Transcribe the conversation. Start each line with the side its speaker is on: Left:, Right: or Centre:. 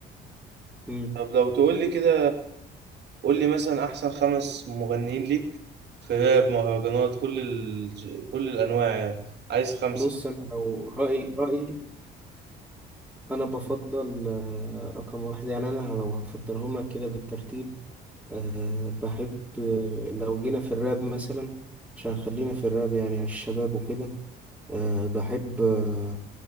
Centre: مم.
Right: طب لو تقول لي كده قول لي مثلا احسن خمس مغنيين ليك في راب مهرجانات كل ال... كل الانواع يعني عايز خمسة
Centre: بص انا لو رأيي رأيي انا بفضل آه، رقم واحد يعني انا لو هفضلهم لك كده بالترتيب أه بحب آه، لو جينا في الراب مثلا عشان خلينا في الراب يعني على الشباب وكده أه بحب أه